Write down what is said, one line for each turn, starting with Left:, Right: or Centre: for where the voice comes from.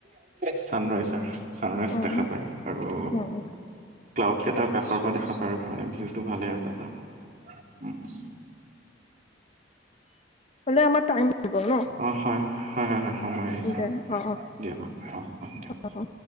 Right: চানৰাইজ হয় চানৰাইজ
Left: উম
Right: দেখা পায় আৰু
Left: উম
Right: ক্লাউড কেইটাৰ কাষৰ পৰা দেখা পায় আৰু মানে ভিউটো ভালে আৰু তাত আৰু।
Left: হলেও আমাৰ টাইম হৈ গ'ল ন
Right: অ হয় হয় হয় হয় হয় সময় আহিছো
Left: উম দে
Right: হয়
Left: অ
Right: দিয়ক অ অ অ দিয়ক।
Left: অ।